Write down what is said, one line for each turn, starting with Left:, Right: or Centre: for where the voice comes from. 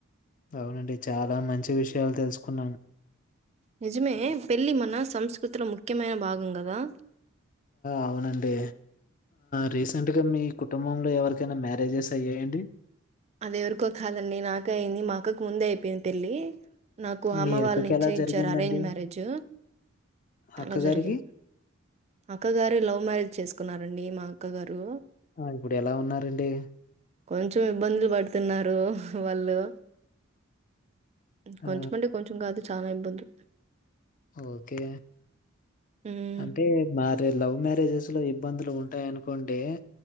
Left: అవునండి చాలా మంచి విషయాలు తెలుసుకున్నాం
Right: నిజమే పెళ్ళి మనసు సంస్కృతిలో ముఖ్యమైన భాగం గాదా
Left: అవునండి రీసెంట్గా మీ కుటుంబంలో ఎవరికైనా మ్యారేజెస్ అయ్యాయండి
Right: అది ఎవరకో కాదండి నాక అయింది మా అక్కకు ముందే అయిపోయింది పెళ్లి నాకు
Left: మీ
Right: అమ్మ వాళ్ళ
Left: అక్కకి
Right: నుంచే
Left: ఎలా జరిగిందండి?
Right: ఇచ్చారు అరేంజ్ మ్యారేజ్
Left: అక్కగారికి?
Right: అలా జరిగింది అక్క గారి లవ్ మ్యారేజ్ చేసుకు కున్నారండి మా అక్క గారు
Left: ఆ ఇప్పుడు ఎలా ఉన్నారండి
Right: కొంచెం ఇబ్బందులు బడుతున్నారు రు వాళ్ళు కొంచమంటే
Left: ఆ
Right: కొంచెం కాదు చాన ఇబ్బంది
Left: ఓకే
Right: హ్మ్.
Left: అంటే మారే లవ్ మ్యారేజెస్ లో ఇబ్బందులు ఉంటాయనుకోంటే